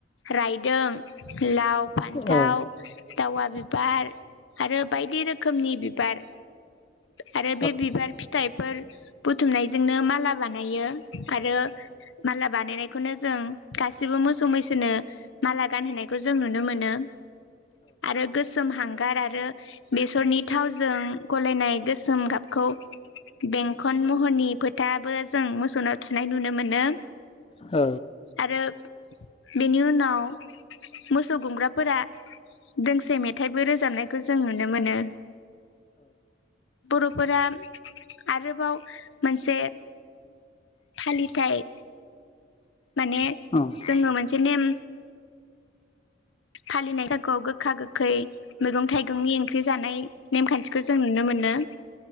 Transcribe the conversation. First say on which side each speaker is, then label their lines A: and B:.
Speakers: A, on the left; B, on the left.
A: रायदों लाव फान्थाव
B: औ।
A: दावा बिबार आरो बायदि रोखोमनि बिबार। आरो
B: औ
A: बे बिबार फिथाइफोर बुथुमनायजोंनो माला बानायो। आरो माला बानायनाय खौनो जों गासिबो मोसौ-मैसोनो माला गानहोनायखौ जों नुनो मोनो। आरो गोस सोम हांगार आरो बेसरनि थावजों गलायनाय गोसोम गाबखौ। बेंखन महरनि फोथाबो जों मोसौनाव थुनाय नुनो मोनो।
B: औ।
A: आरो बेनि उनाव मोसौ गुमग्राफोरा। दोंसे मेथाइबो रोजाबनायखौ जों नुनो मोनो। बर'फोरा आरोबाव मोनसे। फलिथाय। माने
B: औ
A: जोङो मोनसे नेम। फालिनाय थाखगोआव गोखा-गोखै मैगं थाइगंनि ओंख्रि जानाय नेमखान्थिखौ जों नुनो मोनो।